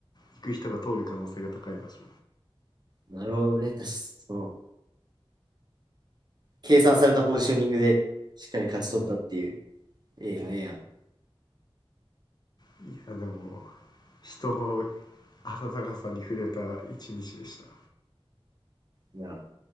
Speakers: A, on the left (about 45°); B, on the right (about 45°).
A: 行く人が通る可能性が高い場所。
B: なるほどね。確かにその計算されたポジショニングでしっかり勝ち取ったっていう。
A: うん、
B: ええやん、ええやん。
A: いや、でも、人の温かさに触れた一日でした。あ
B: いや、